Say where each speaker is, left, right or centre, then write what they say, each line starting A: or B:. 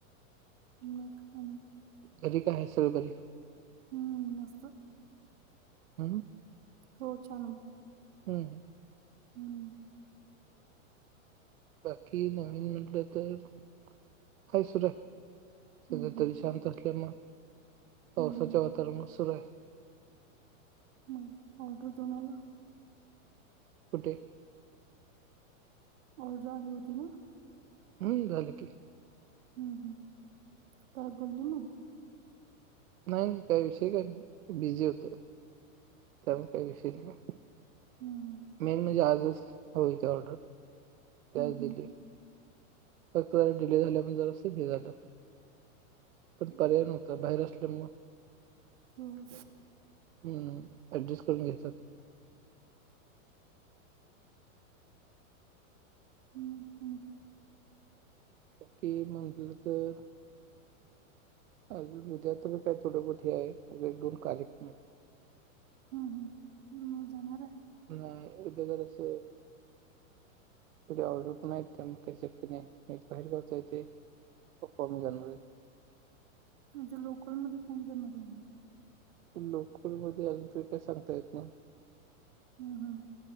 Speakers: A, on the right; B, on the right.
A: मगणे
B: घरी काय आहे सर्व बरी
A: हम्म मस्त.
B: हम.
A: हो छान.
B: हम.
A: हम्म.
B: बाकी नवीन म्हटलं तर कााय सुरय सध्या
A: हं, हं,
B: तरी शांत असल्या मग पावसाच्या
A: हं, हं.
B: वातावरणात सुरू आहे.
A: मग ऑर्डर तुम्हाला
B: कुठे?
A: ऑर्डर आली होती ना.
B: हम्म झाल की
A: हम् हम् काय बोलली म
B: नाही नाही काही विषय काही नाही बिझी होत त्यामुळे काही विषयी नाही.
A: हम्म.
B: मेन म्हणजे आजच हयच ऑर्डर ते
A: हं
B: आज
A: हं
B: दिली. फक्त जरा डिले झाल्या म्ह जर असेल हे झालं. पण पर्याय नव्हता बाहेर असल्यामुळं.
A: होम.
B: हम्म ऍडजस्ट करून घेतात.
A: ह ँक
B: बाकी मंदलं तर अुझ्या तर काय थोडपती हे आहेग एक दोन कार्यक्रम आहेत.
A: हम्म हम्म हम् जाणार र
B: नाही एक ज असं तुढे ऑर्डर पण आहेत त्या मग का श क नाही एक बाहेरगावचा आहेथे पप्पा मी जाणार आहे.
A: म्हणजे लोकलमध्येध्ये कोण जाणार.
B: लोकलमध्येध्ये अजून तु्ही काय सांगता येत ना.
A: हं हं